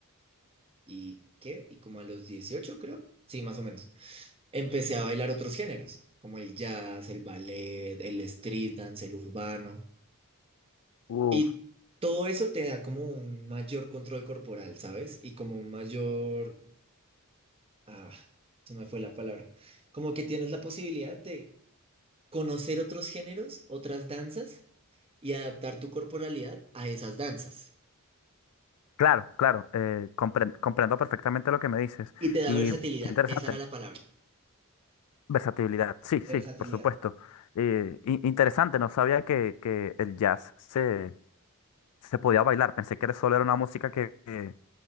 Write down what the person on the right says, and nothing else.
¿y qué? Y como a los 18 creo. Sí, más o menos. Empecé a bailar otros géneros, como el jazz, el ballet, el street dance, el urbano.
Y todo eso te da como un mayor control corporal, ¿sabes? Y como un mayor... Ah, se me fue la palabra. Como que tienes la posibilidad de conocer otros géneros, otras danzas y adaptar tu corporalidad a esas danzas.
Y te da
versatilidad,
esa era la palabra,
versatilidad.